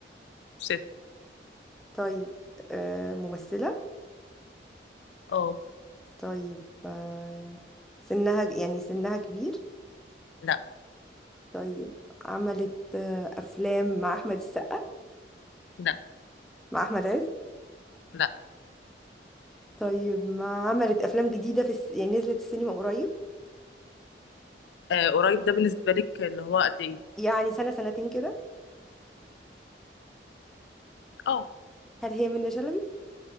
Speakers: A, on the left; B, in the centre.
A: ست
B: طيب أه... ممثلة
A: اه
B: طيب أه... سنها يعني سنها كبير
A: لا
B: طيب عملت آه، أفلام مع أحمد السقا
A: لا
B: مع أحمد عز
A: لا
B: طيب ما عملت أفلام جديدة في الس... يعني نزلت السينما قريب
A: آه قريب ده بالنسبه لك اللي هو قد ايه
B: يعني سنة سنتين كده
A: اه
B: هل هي منة شلبي